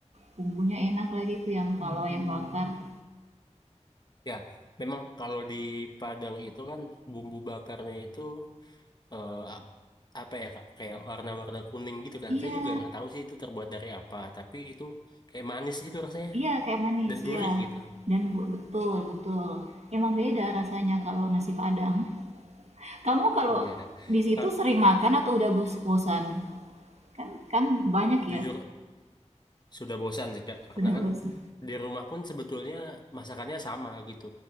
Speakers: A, on the right (about 60°); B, on the left (about 35°).
A: bumbunya enak lagi tuh yang kalau ayam bakar. Mhm.
B: Ya, memang kalau di Padang itu kan bumbu bakarnya itu eh, ap- apa ya Kak? Kayak warna-warna kuning gitu kan.
A: Iya
B: Saya juga nggak tahu sih itu terbuat dari apa, tapi itu kayak manis gitu rasanya
A: iya kayak manis,
B: dan gurih
A: iya.
B: gitu.
A: Dan be betul betul, emang beda rasanya kalau nasi padang. Kamu kalau
B: Iya.
A: di situ
B: Kak,
A: sering makan atau udah bos bosan? Kan kan banyak
B: jujur
A: ya,
B: sudah bosan sih Kak. karena
A: sudah
B: kan
A: bosan.
B: di rumah pun sebetulnya masakannya sama gitu